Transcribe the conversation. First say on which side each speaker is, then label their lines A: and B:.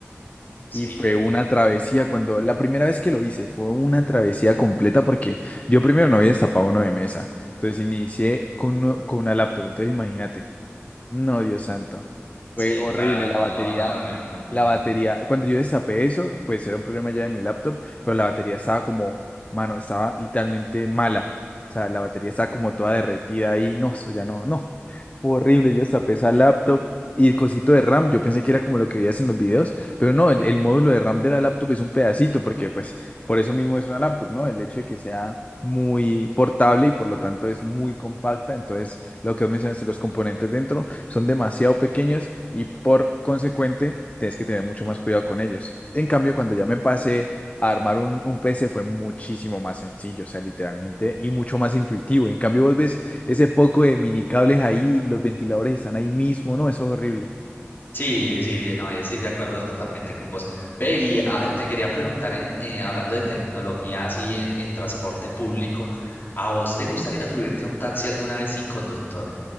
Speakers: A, on the left; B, on the left.
A: Sí,
B: Y fue
A: ok.
B: una travesía, cuando la primera vez que lo hice, fue una travesía completa porque yo primero no había destapado uno de mesa, entonces inicié con, uno- con una laptop, entonces imagínate. No, Dios santo. Fue
A: Sí,
B: horrible
A: claro,
B: la
A: no,
B: batería.
A: no me imagino.
B: La batería, cuando yo destapé eso, pues era un problema ya de mi laptop, pero la batería estaba como, mano, estaba literalmente mala. O sea, la batería estaba como toda derretida ahí, no, eso ya no, no. Fue horrible, yo destapé esa laptop y el cosito de RAM, yo pensé que era como lo que veías en los videos, pero no, el, el módulo de RAM de la laptop es un pedacito, porque pues por eso mismo es una laptop, ¿no? El hecho de que sea muy portable y por lo tanto es muy compacta. Entonces, lo que vos mencionaste, los componentes dentro son demasiado pequeños y por consecuente tienes que tener mucho más cuidado con ellos. En cambio, cuando ya me pasé a armar un, un PC fue muchísimo más sencillo, o sea, literalmente, y mucho más intuitivo. En cambio, vos ves ese poco de mini cables ahí, los ventiladores están ahí mismo, ¿no? Eso es horrible.
A: Sí, sí, sí, no, estoy de acuerdo totalmente con vos. Ve, y ah, te quería preguntar, en, eh, hablando de tecnología así en, en transporte público, ¿a vos te gustaría subirte a un taxi alguna vez sin conductor?